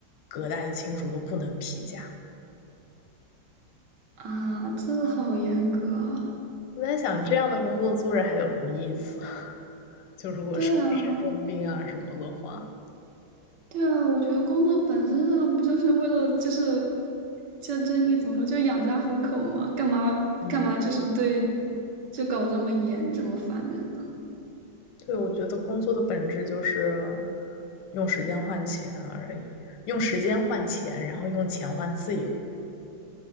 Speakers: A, on the left (about 90°); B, on the right (about 75°).
A: 隔代的亲属都不能批假，
B: <laughs> 啊，这好严格啊。
A: 我在想，这样的工作做着还有什么意思？<laughs> 就如果生生重病啊什么的话，
B: 对啊，对啊，我觉得工作本身上不就是为了就是就这应该怎么说，就养家糊口嘛，干嘛干嘛就是对，
A: 嗯，
B: 就搞这么严这么烦人呢？
A: 对，我觉得工作的本质就是用时间换钱而已，用时间换钱，然后用钱换自由。